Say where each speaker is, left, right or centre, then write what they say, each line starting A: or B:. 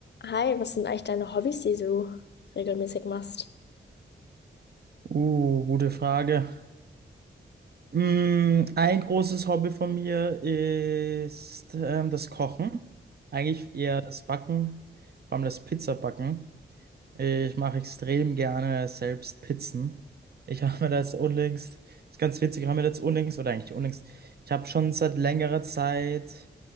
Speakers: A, on the left; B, on the right.
A: Hi, was sind eigentlich deine Hobbys, die du regelmäßig machst?
B: Uh, gute Frage. Mm, ein großes Hobby von mir ist ähm, das Kochen. Eigentlich eher das Backen, vor allem das Pizzabacken. Ich mache extrem gerne selbst Pizzen. Ich <laughs> habe mir das unlängst, ist ganz witzig, ich habe mir das unlängst, oder eigentlich unlängst, ich habe schon seit längerer Zeit,